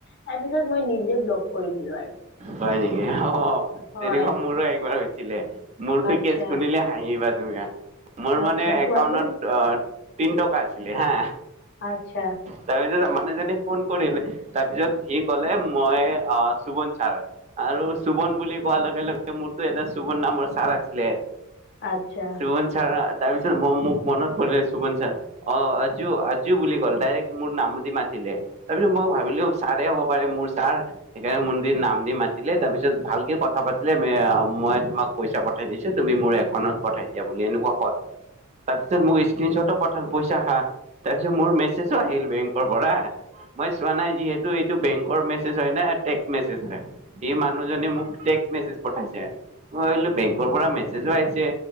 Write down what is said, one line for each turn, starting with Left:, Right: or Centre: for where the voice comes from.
Left: তাৰ পিছত মই নিজে ব্লগ কৰি দিলো আৰু।
Right: হয় নেকি অ
Left: হয়
Right: তেনেকুৱা মোৰো একবাৰ হৈছিলে মোৰতো
Left: আচ্ছা
Right: কেছ শুনিলে? হহিবা তুমি, মোৰ
Left: আচ্ছা
Right: মানে একাউণ্টত?
Left: কোৱাচোন
Right: আহ তিনি টকা আছিলে হা।
Left: আচ্ছা
Right: তাৰপিছত মানুহজনী ফোন কৰিলে, তাৰপিছত সি কলে মই অ সুবন ছাৰ। আৰু সুবন বুলি কোৱাৰ লগে লগে, মোৰতো এটা সুবন নামৰ ছাৰ আছিলে।
Left: আচ্ছা
Right: শুভন চাৰ তাৰপিছত মোক মনত পৰিলে শুভন চাৰ। অ অজু ক'ল ডাইৰেক্ট মোৰ নামদি মাতিলে। তাৰপিছত মই ভাবিলো ছাৰেই হ'ব পাৰে মোৰ ছাৰ সেইকাৰণে মন্দিৰ নাম, মাতিলে তাৰপিছত ভালকে কথা পাতিলে মই তোমাক পইচা পঠাই দিছো তুমি মোৰ, ফনত পঠাই দিয়া বুলি এনেকুৱা কল তাৰ পিছত মোক স্ক্ৰনশ্বতো পঠাল পইচা আহা। তাৰ পিছত মোৰ মেছেজো আহিল বেংকৰ পৰা। মই চোৱা নাই যিহেতু এইটো বেংকৰ মেছেজ হয় নে টেক্স মেচেজ হয়। এই মানুহ‌ জনে মোক টেক্স মেছেজ পঠাইছে। মই ভাবিলোঁ বেংকৰ পৰা মেছেজো আহিছে